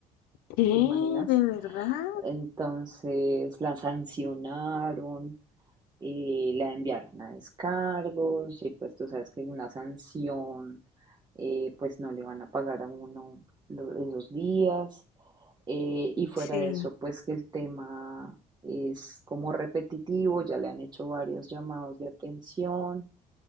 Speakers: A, on the left (about 80°); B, on the right (about 30°).
A: ¿Qué?
B: ¿Te imaginas?
A: ¿De verdad?
B: Entonces la sancionaron, eh, la enviaron a descargos y pues tú sabes que una sanción, eh, pues no le van a pagar a uno lo- esos días. Eh, y fuera
A: Sí.
B: de eso, pues que el tema es como repetitivo, ya le han hecho varios llamados de atención.